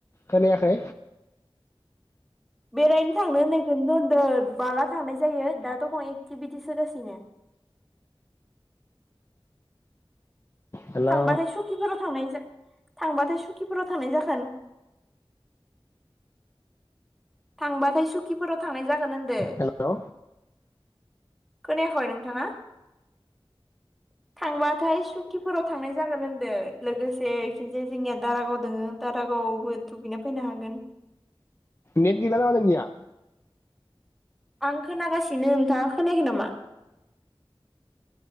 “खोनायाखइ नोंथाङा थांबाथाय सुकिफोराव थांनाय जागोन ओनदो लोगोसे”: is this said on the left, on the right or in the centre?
Centre